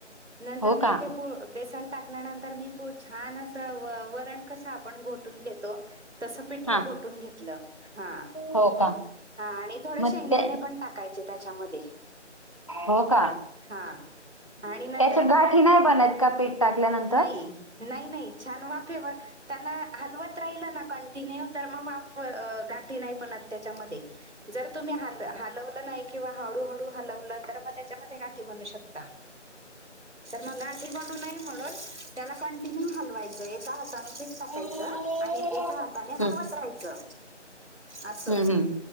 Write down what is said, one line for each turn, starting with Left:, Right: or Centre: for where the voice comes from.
Right: नंतर
Left: हो
Right: मग
Left: का
Right: ते पु बेसन टाकल्यानंतर मी पु छान असं व वरण कसं आपण घो टुन घेतो, तस पिठलं
Left: हा
Right: गोठून घेतलं, हा.
Left: हो का
Right: हा, आणि थोडे
Left: मग
Right: शेंगदाणे
Left: ते
Right: पण टाकायचे त्याच्यामध्ये.
Left: हो का,,
Right: हा
Left: त्याच्या
Right: आणि नंतर मग
Left: गाठी नाही बनत का पीठ? टाकल्यानंतर
Right: नाही. नाही नाही छान वाफेवर,,, त्यांना हलवत राहिल ना कंटिन्यू तर मग वा गाठी नाही बनत त्याच्या मध्ये, जर तुम्ही हल हलवले नाही किंवा हळूहळू हलवल तर मग त्याच्यामध्ये गाठी बनू शकता, मग गाठी बनु नये म्हणुन त्याला कंटिन्यु हलवायच, एका हाताने पिट टाकायच,
Left: हम्म
Right: आणि एका हाताने हलवत राहायचं अस.
Left: हम्म हम्म